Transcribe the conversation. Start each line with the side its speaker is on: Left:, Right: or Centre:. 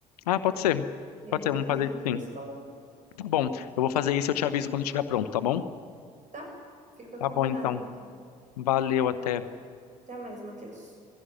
Left: Ah, pode ser.
Right: E aí
Left: Pode ser,
Right: depois
Left: vamos fazer
Right: a gente
Left: isso sim.
Right: vai se falando,
Left: Tá bom, eu vou fazer isso e eu te aviso quando estiver pronto, tá bom?
Right: tá? Fica
Left: Tá
Right: combinado,
Left: bom, então.
Right: então.
Left: Valeu, até.
Right: Até mais, Matheus.